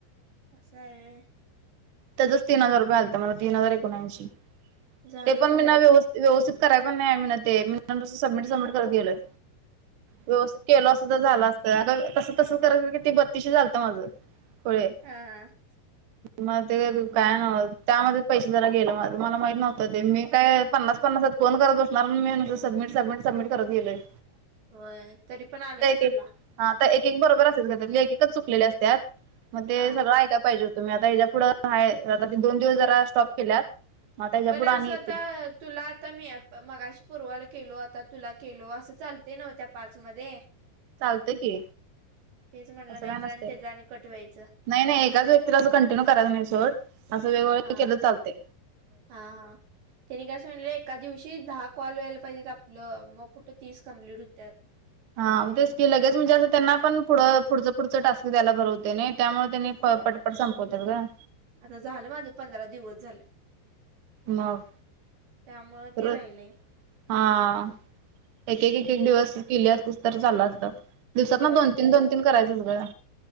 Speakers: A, on the right; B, on the right.
A: अससां आहे
B: त्याच्याच तीन हजार रुपये आलत मला तीन हजार एकोणऐंशी
A: झालं
B: ते पण
A: तुझं
B: मी नाही व्यवस्थित व्यवस्थित कराय पण नाही मी ना ते मीसं सबमिट सबमिट करत गेलोय व्यवस्ित केल असं तर झाला तर अग तसं तसं करायचं की ते बत्तीशी झालतं माझं पुळे
A: ह
B: मग.. ते काय नव त्यामध्ये पैसे जरा गेलं मला माहत नव्हतं ते मी काय पन्नास पन्नास फोन करत असणार मी सबमि सबमि सबमिट करतं गेलंय
A: होय तरी पण आलं कि
B: एक
A: तुला
B: हा तर एक एक बरोबर असेच घ त्यातले एक एककच चुकलेले असतात मग ते
A: हा हा.
B: सगळं ऐकाय पाहिजे हो तुम्ही आता ह्याच्या पुढं आहे. आ दोन दिवस जरा स्टॉप केल्यात मग आता ह्याच्या
A: पण
B: पुढं
A: असं
B: आणि येतील
A: तर तुला आता मी मगाशी पूर्वाला केलो आता तुला केलो असं चालत नव्ह त्या पाच मध्ये
B: चालत की
A: तेच म्हटलं
B: असं
A: नाहीतर
B: काय नसतंय.
A: आणि त्या आणि क वायच
B: नाही नाही, एकाच व्यक्तीला असं, कंटिन्यू करायच नाही सोड असं वेगवेगळं
A: हा
B: केलं चालते.
A: हा. त्यांनी काय सांगितले. एका दिवशी दहा कॉल व्हायला पाहिजेत, आपलं मग कुठं तीस कम्प्लीट होत्यात.
B: हां, मग तेच की लगेच म्हणजे असं, त्यांना पण पुढं पुढंच पुढचं टास्क द्यायला बर होते. नाही त्यामुळे त्यांनी
A: होय
B: पटपट संपवत्यात गं.
A: आता झालं माझं, पंधरा दिवस झालं.
B: मग
A: त्यामुळं
B: परत.
A: ते राहिलंय
B: हां, एक एक एक दिवस
A: आत-
B: केली, असतीस तर चाल असतं. दिवसात
A: होय
B: न दोन तीन, दोन तीन करायचंच गं.